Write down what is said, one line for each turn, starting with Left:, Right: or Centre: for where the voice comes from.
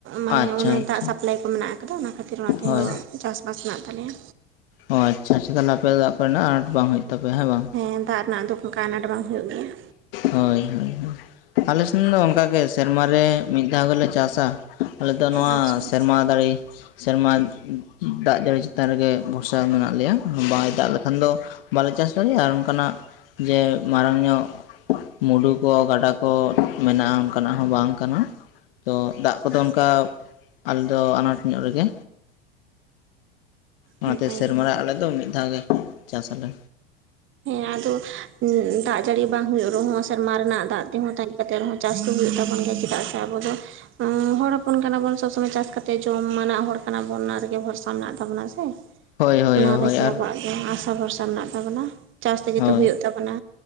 Right: ᱢᱟᱱᱮ
Left: ᱟᱪᱪᱷᱟ
Right: ᱚᱱᱟ
Left: ᱟᱪᱪᱷᱟ
Right: ᱫᱟᱜ ᱥᱟᱯᱞᱟᱭ ᱠᱚ ᱢᱮᱱᱟᱜ ᱟᱠᱟᱫᱟ ᱚᱱᱟ ᱠᱷᱟᱹᱛᱤᱨ ᱚᱱᱟ ᱛᱮᱦᱚᱸ
Left: ᱦᱳᱭ
Right: ᱪᱟᱥᱵᱟᱥ ᱢᱮᱱᱟᱜ ᱛᱟᱞᱮᱭᱟ᱾
Left: ᱚ ᱟᱪᱪᱷᱟ ᱛᱟᱦᱚᱞᱮ ᱟᱯᱮᱭᱟᱜ ᱫᱟᱜ ᱠᱚᱨᱮ ᱱᱟᱜ ᱟᱱᱟᱴ ᱵᱟᱝ ᱦᱩᱭᱩᱜ ᱛᱟᱯᱮᱭᱟ ᱦᱮᱸ ᱵᱟᱝ᱾
Right: ᱦᱮᱸ ᱫᱟᱜ ᱨᱮᱱᱟᱜ ᱫᱚ ᱚᱱᱠᱟ ᱟᱱᱟᱴ ᱵᱟᱝ ᱦᱩᱭᱩᱜ ᱜᱮᱭᱟ
Left: ᱦᱳᱭ ᱦᱳᱭ ᱟᱞᱮ ᱥᱮᱱ ᱫᱚ ᱚᱱᱠᱟᱜᱮ ᱥᱮᱨᱢᱟ ᱨᱮ ᱢᱤᱫ ᱫᱷᱟᱣ ᱜᱮᱞᱮ ᱪᱟᱥᱟ᱾ ᱟᱞᱮ ᱫᱚ ᱱᱚᱣᱟ
Right: ᱟᱪᱪᱷᱟ
Left: ᱥᱮᱨᱢᱟ ᱫᱟᱲᱮ ᱥᱮᱨᱢᱟ ᱫᱟᱜ ᱡᱟᱹᱲᱤ ᱪᱮᱛᱟᱱ ᱨᱮᱜᱮ ᱵᱷᱚᱨᱥᱟ ᱢᱮᱱᱟᱜ ᱞᱮᱭᱟ ᱵᱟᱭ ᱫᱟᱜ ᱞᱮ ᱠᱷᱟᱱ ᱫᱚ ᱵᱟᱞᱮ ᱪᱟᱥ ᱫᱟᱲᱮᱭᱟᱜᱼᱟ ᱟᱨ ᱚᱱᱠᱟᱱᱟᱜ ᱡᱮ ᱢᱟᱨᱟᱝ ᱧᱚᱜ ᱢᱩᱰᱩ ᱠᱚ ᱜᱟᱰᱟ ᱠᱚ ᱢᱮᱱᱟᱜᱼᱟ ᱚᱱᱠᱟᱱᱟᱜ ᱦᱚᱸ ᱵᱟᱝ ᱠᱟᱱᱟ᱾ ᱛᱚ ᱫᱟᱜ
Right: ᱟᱪᱪᱷᱟ
Left: ᱠᱚᱫᱚ ᱚᱱᱠᱟ ᱟᱞᱮ ᱫᱚ ᱟᱱᱟᱴ ᱧᱚᱜ ᱨᱮᱜᱮ, ᱚᱱᱟᱛᱮ
Right: ᱱᱟᱯᱟᱭ
Left: ᱥᱮᱨᱢᱟ
Right: ᱠᱟᱛᱷᱟ
Left: ᱨᱮ ᱟᱞᱮᱫᱚ ᱢᱤᱫ ᱫᱷᱟᱣ ᱜᱮ ᱪᱟᱥ ᱟᱞᱮ᱾
Right: ᱦᱮᱸ ᱟᱫᱚ ᱫᱟᱜ ᱡᱟᱹᱲᱤ ᱵᱟᱝ ᱦᱩᱭᱩᱜ ᱨᱮᱦᱚᱸ ᱥᱮᱨᱢᱟ ᱨᱮᱱᱟᱜ ᱫᱟᱜ ᱛᱮᱦᱚᱸ ᱛᱟᱺᱜᱤ ᱠᱟᱛᱮ ᱨᱮᱦᱚᱸ ᱪᱟᱥ ᱫᱚ ᱦᱩᱭᱩᱜ ᱛᱟᱵᱚᱱ ᱜᱮᱭᱟ ᱪᱮᱫᱟᱜ ᱥᱮ ᱟᱵᱚ ᱫᱚ ᱦᱚᱲ ᱦᱚᱯᱚᱱ ᱠᱟᱱᱟ ᱵᱚᱱ ᱥᱚᱵ ᱥᱚᱢᱚᱭ ᱪᱟᱥ ᱠᱟᱛᱮᱜ ᱡᱚᱢ ᱢᱟᱱᱟᱜ ᱦᱚᱲ ᱠᱟᱱᱟ ᱵᱚᱱ, ᱚᱱᱟ ᱨᱮᱜᱮ ᱵᱷᱚᱨᱥᱟ ᱢᱮᱱᱟᱜ ᱛᱟᱵᱚᱱᱟ ᱥᱮ᱾
Left: ᱦᱳᱭ ᱦᱳᱭ
Right: ᱚᱱᱟ
Left: ᱦᱳᱭ
Right: ᱨᱮᱜᱮ
Left: ᱟᱨ
Right: ᱟᱵᱚᱣᱟᱜ ᱫᱚ ᱟᱥᱟ ᱵᱷᱚᱨᱥᱟ ᱢᱮᱱᱟᱜ ᱛᱟᱵᱚᱱᱟ᱾ ᱪᱟᱥ ᱛᱮᱜᱮ
Left: ᱦᱳᱭ
Right: ᱛᱚ ᱦᱩᱭᱩᱜ ᱛᱟᱵᱚᱱᱟ᱾